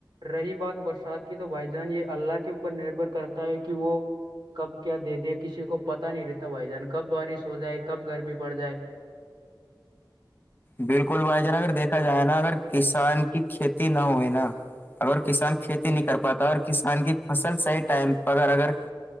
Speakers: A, on the right; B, on the left.
A: رہی بات برسات کی کہ تو بھائی جان یہ اللہ کے اوپر نربر کرتا ہے کہ وہ کب کیا دے دے کسی کو پتاہ نہیں رہتا بھائی جان کب بارش ہو جائے کب گرمی پڑ جائے
B: بالکل بھائی جان اگر دیکھا جائے نا اگر کسان کی کھیتی نہ ہوئے نا اگر کسان کھیتی نہیں کر پاتا اور کسان کی فصل صحیح ٹائم پر اگر